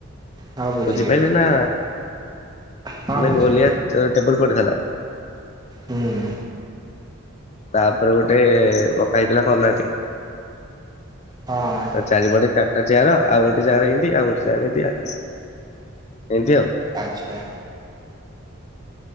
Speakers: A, on the right; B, on the left.
A: ହଁ ବୁଝିଲି
B: ବୁଝିପାରିଲି
A: ବୁଝିଲି
B: ନା
A: ହଁ
B: ମାନେ
A: ବୁଝିଲି
B: ଗୋଲିଆ ଟେ-ଟେବୁଲ ପଡିଥିଲା।
A: ହୁଁ।
B: ତାପରେ ଗୋଟେ ପକା ହେଇଥିଲା କଣ ନା
A: ହଁ।
B: ତା ଚାରିପଟେ ଚାରିଟା ଚେୟାର ଆଉ ଗୋଟେ ଜାଗାରେ ଏମତି ଆଉ ଗୋଟେ ଜାଗାରେ ଏମତି, ଏମତି ଆଉ।
A: ଆଚ୍ଛା।